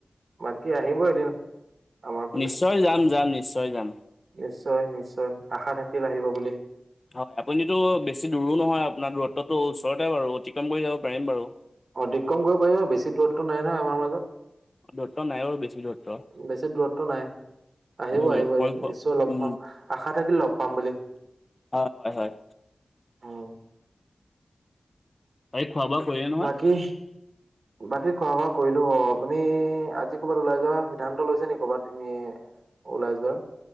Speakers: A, on the right; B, on the left.
A: বাকি আহিব এদিন আমাৰ ফালে
B: নিশ্চয় যাম যাম নিশ্চয় যাম
A: নিশ্চয় নিশ্চয় আশা থাকিল আহিব বুলি
B: হয় আপুনিতো বেছি দূৰো নহয় আপোনাৰ দূৰত্বটো ওচৰতে বাৰু অতিক্ৰম কৰি যাব পাৰিম বাৰু
A: অধিক কম কৰিব পাৰিব বেছি দূৰত্ব নাই নহয় আমাৰ মাজত
B: দূৰত্ব নাই বাৰু বেছি দূৰত্ব
A: বেছি দূৰত্ব নাই আহিব
B: উম
A: আহিব এদিন
B: পৰি
A: নিশ্চয় লগ
B: উম
A: পাম আশা থাকিল লগ পাম বুলি
B: হয় হয় হয়
A: হয়
B: এই খোৱা বোৱা কৰিলে নহয়
A: বাকী বাকি খোৱা বোৱা কৰিলো বাও আপুনি আজি ক'ৰবাত ওলাই যোৱাৰ সিদ্ধান্ত লৈছে নি ক'ৰবাত এনেই ওলাই যোৱাৰ